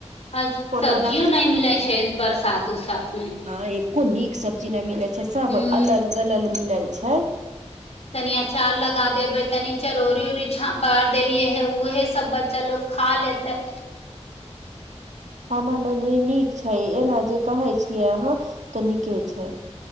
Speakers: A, on the left; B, on the right.
A: आ
B: कोनो
A: सब्जियो
B: ने
A: नहि मिलै। छै, बरसात उरसातमे।
B: हा एको निक सब्जी ने मिले छै, सभ
A: हूं
B: अलल गलल मिले छै।
A: तनि अँचार लगा देबै, तनी चरौरी उऊरी छा पार देलियै है ऊहे सभ बच्चा लोग। खा लेतै।
B: हँ, नहि नहि नहि निक छै, एना जे कहे छियै अहाँ तऽ नीके छै।